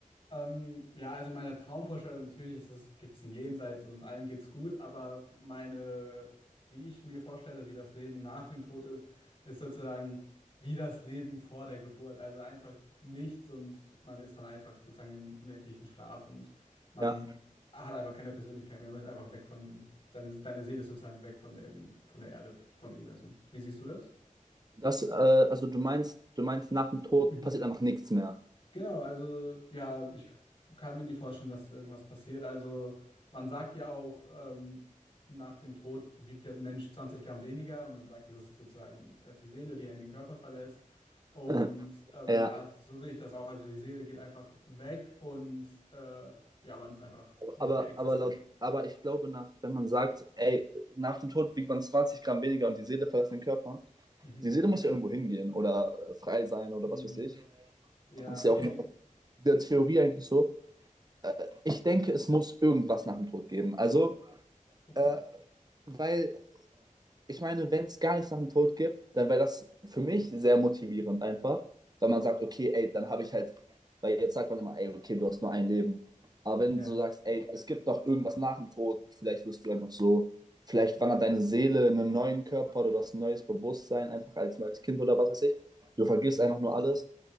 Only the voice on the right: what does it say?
Ja,
das, äh, also du meinst, du meinst, nach dem Tod
passiert einfach nichts mehr.
<laughs>
Ja.
Aber,
aber, laut, aber ich glaube, nach, wenn man sagt, ey, nach dem Tod wiegt man 20 Gramm weniger und die Seele verlässt den Körper,
die Seele muss ja irgendwo hingehen oder äh, frei sein oder
was weiß ich.
Das ist ja
auch in der Theorie eigentlich so. Äh, Ich denke, es muss irgendwas nach dem Tod geben. Also,
äh, weil ich meine, wenn es gar nichts nach dem Tod gibt, dann wäre das für mich sehr motivierend einfach, weil man sagt, okay, ey, dann habe ich halt, weil jetzt sagt man immer, ey, okay, du hast nur ein Leben. Aber wenn
du sagst, ey, es gibt noch irgendwas nach dem Tod, vielleicht wirst du einfach so, vielleicht wandert deine Seele in einen neuen Körper oder du hast ein neues Bewusstsein, einfach als neues Kind oder was weiß ich. Du vergisst
einfach nur alles.